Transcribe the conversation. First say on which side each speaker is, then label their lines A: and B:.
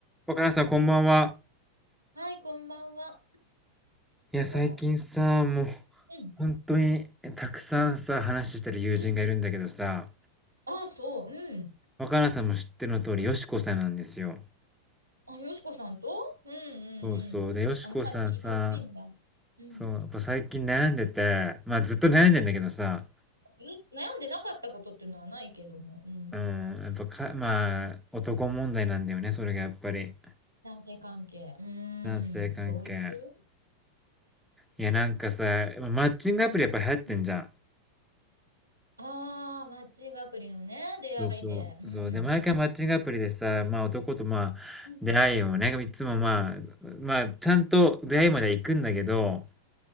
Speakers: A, in the centre; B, on the right.
A: 若菜さん、こんばんは。
B: はい、こんばんは。
A: いや、最近さ、
B: どうも。
A: もう、
B: うん、
A: 本当に、たくさんさ、話してる友人がいるんだけどさ、
B: うん。あ、そう、うん。
A: 若菜さんも知ってるの通り、よしこさんなんですよ。
B: あ、よしこさんとうん、うん、
A: そうそう。
B: うん。
A: で、よしこさんさ、
B: あのさんに聞いてほしいんだ。うん。
A: そう、やっぱ最近悩んでて、まあ、ずっと悩んでんだけどさ、
B: ず悩んでなかったことっていうのはないけども、うん。
A: うん、やっぱか、まあ、男問題なんだよね、それがやっぱり。
B: 男性関係。うーん。
A: 男性関係。
B: どういう、
A: いや、なんかさ、マッチングアプリやっぱ流行ってんじゃん。
B: うん、ああ、マッチングアプリのね、出会いで。
A: そうそう。
B: うん。
A: そう。で、毎回マッチングアプリでさ、まあ男とまあ出会いをね、
B: うん。
A: いつもまあ、まあちゃんと出会いまでは行くんだけど、